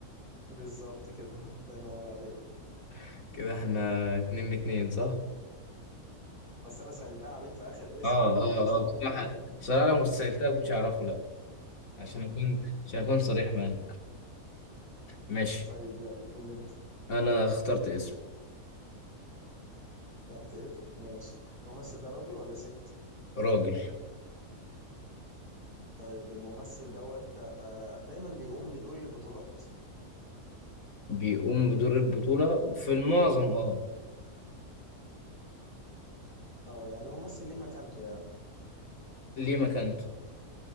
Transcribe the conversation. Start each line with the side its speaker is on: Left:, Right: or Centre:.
Right: بالظبط كده الله ينور عليك
Left: <laughs> كده احنا اتنين اتنين صح؟
Right: بس انا سألتها عليك في اخر اسم
Left: اه
Right: لو
Left: اه
Right: جيت في مره
Left: اه بصراحة
Right: انا
Left: بصراحة لو كنت سألتها كنتش أعرفه لا عشان أكون عشان أكون صريح معاك ماشي
Right: طيب يلا قول لي
Left: أنا اخترت اسم
Right: شرط اسم ماشي الممثل ده راجل ولا ست
Left: راجل
Right: طيب الممثل دوت آه، دايما بيقوم بدور البطولات
Left: بيقوم بدور البطولة في المعظم اه
Right: اه يعني ممثل ليه مكانته يعني
Left: ليه مكانته